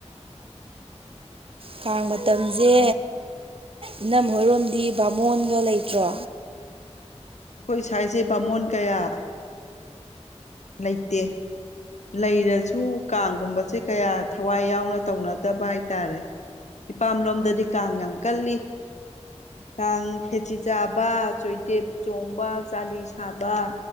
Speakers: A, on the right (about 50°); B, on the left (about 75°).
A: ꯀꯥꯡꯥꯡ ꯃꯇꯝꯁꯦ ꯏꯅꯝ ꯍꯣꯏꯔꯣꯝꯗꯤ ꯕꯥꯃꯣꯟꯒ ꯂꯩꯇ꯭ꯔꯣ
B: ꯑꯩꯈꯣꯏ ꯁ꯭ꯋꯥꯏꯁꯦ ꯕꯥꯃꯣꯟ ꯀꯌꯥ ꯂꯩꯇꯦ ꯂꯩꯔꯁꯨ ꯀꯥꯡꯒꯨꯝꯕꯁꯦ ꯀꯌꯥ ꯊꯋꯥꯏ ꯌꯥꯎꯅ ꯇꯧꯅꯗꯕ ꯍꯥꯏꯇꯥꯔꯦ ꯏꯄꯥꯝ ꯂꯣꯝꯗꯗꯤ ꯀꯥꯡ ꯌꯥꯝ ꯀꯜꯂꯤ ꯀꯥꯡ ꯈꯦꯆꯤ ꯆꯥꯕ ꯆꯣꯏꯗꯦꯞ ꯆꯣꯡꯕ ꯆꯥꯂꯤ ꯁꯥꯕ